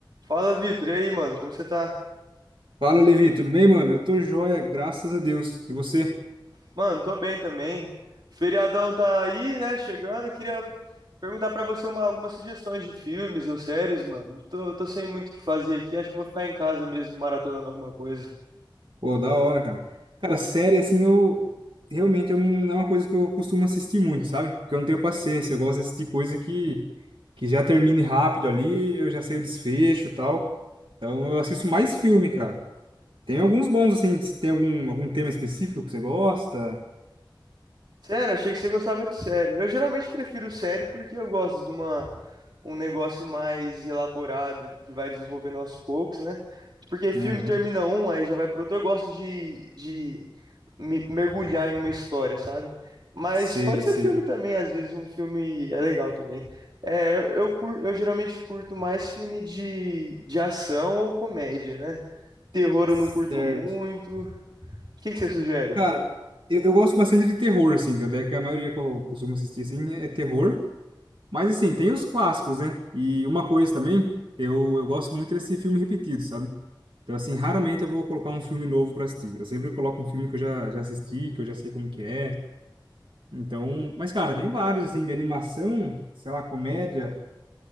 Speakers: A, on the right; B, on the right.
A: Fala, Vitor. E aí, mano? Como você tá?
B: Fala, Levi, tudo bem, mano? Eu tô joia, graças a Deus. E você?
A: Mano, tô bem também. Feriadão tá aí, né? Chegando. Queria perguntar pra você uma- algumas sugestões de filmes ou séries, mano. Tô, tô sem muito o que fazer aqui. Acho que eu vou ficar em casa mesmo, maratonando alguma coisa.
B: Pô, da hora, cara. Cara, série, assim, eu... Realmente, eu não é uma coisa que eu costumo assistir muito, sabe? Porque eu não tenho paciência. Eu gosto de assistir coisa que... Que já termine rápido ali, eu já sei o desfecho e tal. Então, eu assisto mais filme, cara. Tem alguns bons, assim. se Tem algum, algum tema específico que você gosta?
A: Sério, achei que você gostava de série. Eu geralmente prefiro série porque eu gosto de uma, um negócio mais elaborado, de que vai desenvolvendo aos poucos, né? Porque filme
B: Aham.
A: termina um, aí já vai pro outro. Eu gosto de, de me- mergulhar em uma história, sabe? Mas
B: Sei,
A: pode
B: sei.
A: ser filme também, às vezes um filme é legal também. É, eu, eu, cur- eu geralmente curto mais filme de, de ação ou comédia, né? Terror
B: Certo.
A: eu não curto muito. O que que você sugere?
B: Cara, eu, eu gosto bastante de terror, assim. Tanto é que a maioria que eu costumo assistir, assim, é terror. Mas assim, tem os clássicos, né? E uma coisa também, eu, eu gosto muito desse filme repetido, sabe? Então, assim, raramente eu vou colocar um filme novo pra assistir. Eu sempre coloco um filme que eu já, já assisti, que eu já sei como que é. Então, mas cara, tem vários, assim, de animação, sei lá, comédia.